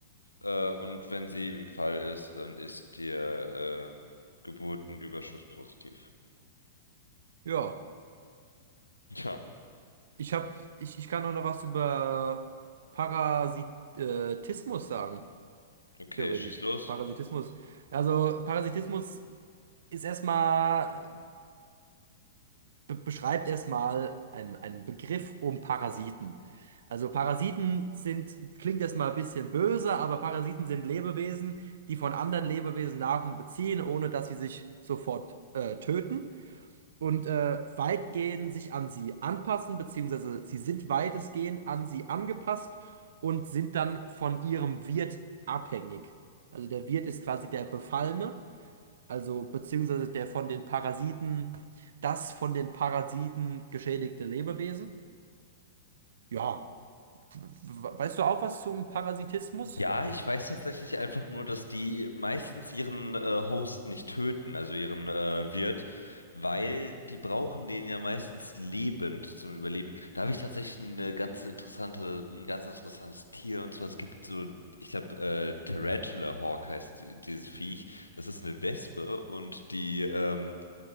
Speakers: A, on the left; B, on the right.
A: Äh, und wenn sie im Fall ist, dann ist der äh, Geburtenüberschuss positiv. <laughs>
B: Ja,
A: Ja,
B: ich hab, ich, ich kann auch noch was über Parasitismus sagen.
A: okay,
B: Theoretisch.
A: schieß los.
B: Parasitismus. Also Parasitismus ist erstmal, be beschreibt erstmal einen, einen Begriff um Parasiten. Also Parasiten sind, klingt erstmal ein bisschen böse, aber Parasiten sind Lebewesen, die von anderen Lebewesen Nahrung beziehen, ohne dass sie sich sofort äh, töten und äh, weitgehend sich an sie anpassen, beziehungsweise sie sind weitestgehend an sie angepasst und sind dann von ihrem Wirt abhängig. Also der Wirt ist quasi der Befallene. Also beziehungsweise der von den Parasiten, das von den Parasiten geschädigte Lebewesen. Ja, we- weißt du auch was zum Parasitismus?
A: Ja, ich weiß tatsächlich einfach nur, dass die meistens ihren äh, Host nicht töten, also ihren äh, Wirt, weil die brauchen den ja meistens lebend zum Überleben. Da habe ich tatsächlich eine ganz interessante, ein ganz interessantes Tier und zwar es gibt so, ich glaube, äh, Tarantula Hawk heißt die- dieses Viech. Das ist eine Wespe und die ähm,